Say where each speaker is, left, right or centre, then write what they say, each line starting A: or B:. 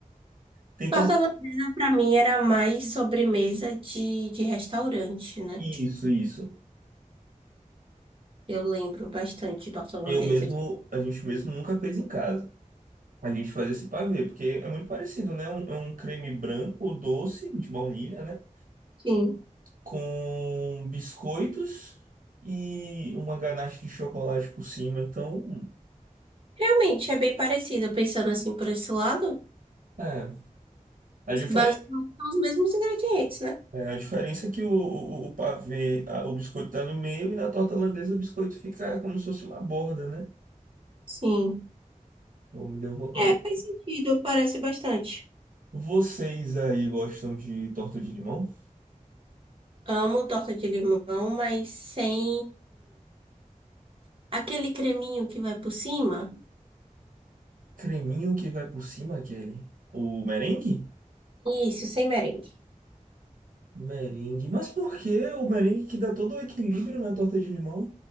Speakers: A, on the right; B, on the right.
A: Tem
B: Torta
A: torta.
B: holandesa, pra mim, era mais sobremesa de, de restaurante, né?
A: Isso, isso.
B: Eu lembro bastante de torta holandesa.
A: Eu mesmo, a gente mesmo nunca fez em casa. A gente faz esse pavê, porque é muito parecido, né? Um- é um creme branco, doce, de baunilha, né?
B: Sim.
A: Com biscoitos e uma ganache de chocolate por cima. Então,
B: Realmente é bem parecida, pensando assim por esse lado.
A: é. A diferença,
B: Basicamente são os mesmos ingredientes, né?
A: a diferença é que o, o, o pavê, a- o biscoito tá no meio e na torta holandesa o biscoito fica como se fosse uma borda, né?
B: Sim.
A: Ou me deu vontade.
B: É, faz sentido, parece bastante.
A: Vocês aí gostam de torta de limão?
B: Amo torta de limão, mas sem. Aquele creminho que vai por cima?
A: Creminho que vai por cima, Kelly. O merengue?
B: Isso, sem merengue.
A: Merengue. Mas por que o merengue que dá todo o equilíbrio na torta de limão?